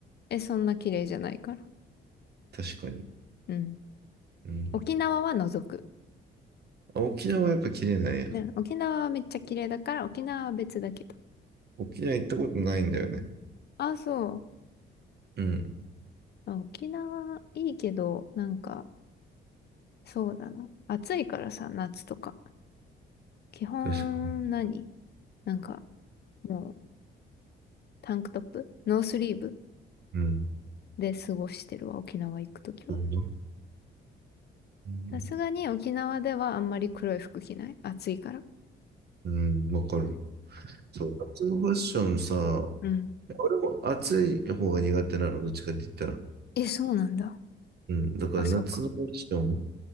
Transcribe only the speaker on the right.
確かに。
うん。
あ、沖縄はやっぱ綺麗なんや。
沖縄行ったことないんだよね。
うん。
確かに。
うん。
そうだ。うん、
うんわかる。そう。夏のファッションさ、
俺も暑い方が苦手なの、どっちかって言ったら。
うん、だから夏のファッション、